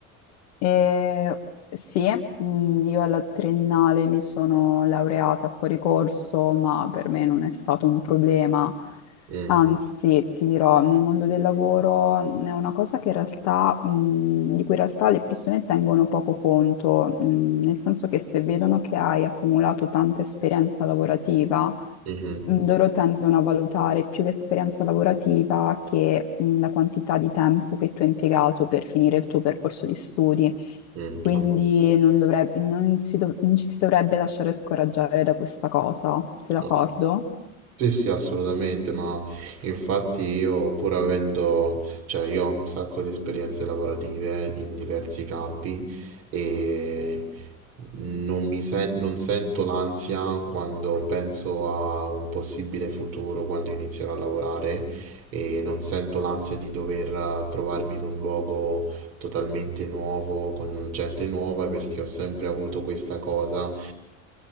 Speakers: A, on the left; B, on the right.
A: E sì, mh, io alla triennale mi sono laureata fuori corso, ma per me non è stato un problema
B: Mm,
A: Anzi, ti dirò, nel mondo del lavoro è una cosa che in realtà, mh, di cui in realtà le persone tengono poco conto, mh, nel senso che se vedono che hai accumulato tanta esperienza lavorativa,
B: mhm,
A: mh, loro tendono a valutare più l'esperienza lavorativa che, mh, la quantità di tempo che tu hai impiegato per finire il tuo percorso di studi.
B: mm,
A: Quindi
B: no,
A: non dovreb- non si dov- non ci si dovrebbe lasciare scoraggiare da questa cosa, sei
B: no.
A: d'accordo?
B: Sì, sì, assolutamente, ma infatti io pur avendo, cioè io ho un sacco di esperienze lavorative in diversi campi e non mi sen- non sento l'ansia quando penso a un possibile futuro, quando inizierò a lavorare e non sento l'ansia di dover eh, trovarmi in un luogo totalmente nuovo, con gente nuova, perché ho sempre avuto questa cosa